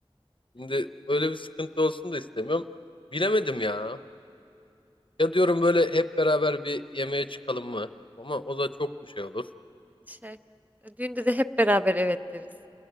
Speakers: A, on the left; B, on the right.
A: Şimdi öyle bir sıkıntı olsun da istemiyorum. Bilemedim ya. Ya diyorum böyle hep beraber bir yemeğe çıkalım mı? Ama o da çok bir şey olur.
B: Şey, düğünde de hep beraber evet deriz.